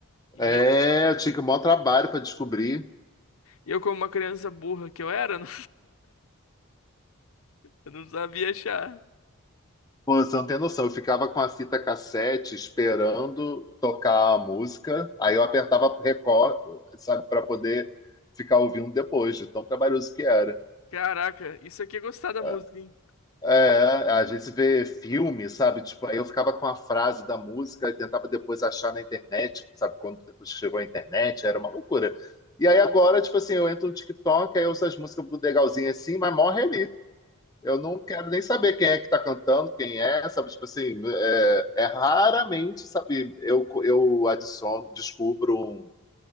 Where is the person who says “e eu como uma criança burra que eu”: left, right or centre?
Left